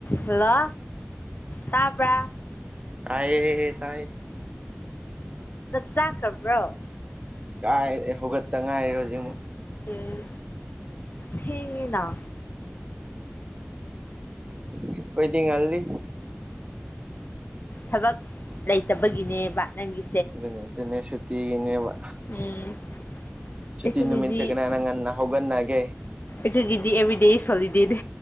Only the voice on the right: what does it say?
ꯇꯌꯦ ꯇꯥꯏ
ꯀꯥꯏ ꯍꯧꯒꯠꯇ ꯉꯥꯏꯔꯦ ꯍꯧꯖꯤꯛꯃꯨꯛ
ꯑꯩꯈꯣꯏꯗꯤ ꯉꯜꯂꯤ
ꯑꯗꯨꯅꯦ ꯑꯗꯨꯅꯦ ꯁꯨꯇꯤꯒꯤꯅꯦꯕ
ꯁꯨꯇꯤ
ꯅꯨꯃꯤꯠꯇ ꯀꯅꯥꯅ ꯉꯟꯅ ꯍꯧꯒꯟꯒꯦ